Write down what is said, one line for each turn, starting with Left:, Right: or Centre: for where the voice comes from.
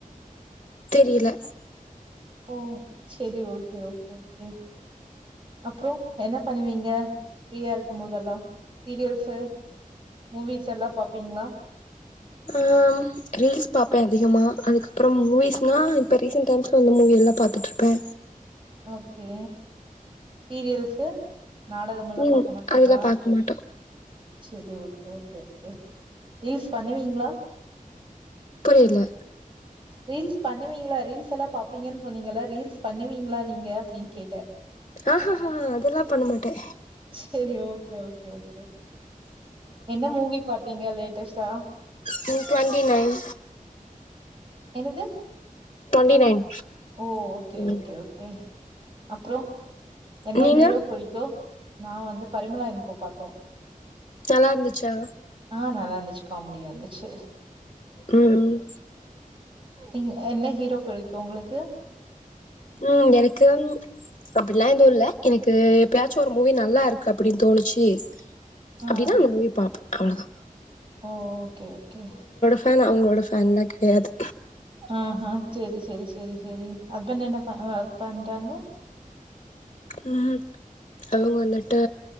Left: தெரியல
Right: ஓ செரி ஓகே ஓகே ஓகே அப்றோ என்ன பண்ணுவீங்க ஃப்ரீயா இருக்கு போதெல்லா சீரியல்ஸ்சு மூவிஸ் எல்லா பாப்பீங்ளா
Left: ஆ ம் ரீல்ஸ் பாப்பே அதிகமா அதுக்கப்புறம் மூவிஸ்னா இப்ப ரீசன்ட் டைம்ஸ் வந்த மூவியெல்லா பாத்துட்டு ருப்பே
Right: ஓகே சீரியல்ஸ்சு நாடகமெல்லா
Left: ம்
Right: பாக்க மாட்டீங்ளா
Left: அதெல்லா பாக்க மாட்டோ
Right: செரி ஓகே ஓகே ஓகே ரீல்ஸ் பண்ணுவீங்ளா
Left: புரியல
Right: ரீல்ஸ் பண்ணுவீங்களா ரீல்ஸ் எல்லா பாப்பீங்கன்னு சொன்னீங்களே ரீல்ஸ் பண்ணுவீங்களா நீங்க அப்டின்னு கேட்டே
Left: ஆஹஹஹா அதெல்லா பண்ணமாட்டே
Right: சேரி ஓகே ஓகே ஓகே என்ன மூவி பாத்தீங்க லேட்டஸ்டா
Left: டூவென்டி நைன்
Right: என்னது
Left: டுவெண்ட்டி நைன்
Right: ஓ ஓகே
Left: ம்
Right: ஓகே ஓ கே அப்றோ என்ன
Left: நீங்க
Right: ஹீரோ புடிக்கு நா வந்து பரிமலா அன் கோ பாத்தோ
Left: நல்லா இருந்துச்சா
Right: ஆ நல்லா இருந்துச்சு காமெடியா இருந்துச்சு
Left: ம்
Right: ம் என்ன ஹீரோ பிடிக்கு உங்களுக்கு
Left: ம் எனக்கு அப்டில்லா எதுவு இல்ல எனக்கு எப்பயாச்சு ஒரு மூவி நல்லா இருக்கு அப்டின் தோணுச்சு
Right: ஆ
Left: அப்டின்னா அந் மூவி பாப் அவ்ளதா
Right: ஓ ஓகே ஓகே
Left: ஃபேனா அவங்களோட ஃபேன்லா கெடையாது
Right: ஆஹா சேரி சேரி சேரி சேரி ஹஸ்பண்ட் என்ன ப ஒர்க் பண்றாங்க.
Left: ம் அவங்க வந்துட்டு